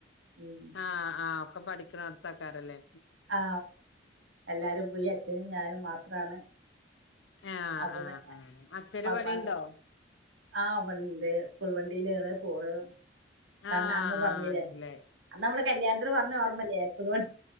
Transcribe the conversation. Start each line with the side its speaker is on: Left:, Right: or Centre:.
Right: മ്
Left: ആഹ് ആഹ് ഒക്കെ പഠിക്ക്‌ണോടത്തക്കാരല്ലേ
Right: ആ എല്ലാരും ബി അച്ഛനും ഞാനും മാത്രാണ്
Left: ആ
Right: അപ്പൊ
Left: ആ
Right: പിന്നെ
Left: ആ അച്ഛന്
Right: പ-
Left: പണിണ്ടോ
Right: പ- ആ വണ്ട് സ്കൂൾ വണ്ടിയിലാണ് പോണ് കണ്
Left: ആഹ്
Right: അന്ന് പറഞ്ഞല്ലേ
Left: ആഹ് മനസ്സിലായി
Right: അന്ന് നമ്മള് കല്യാണത്തിന് പറഞ്ഞ ഓർമ്മല്ലേ സ്കൂ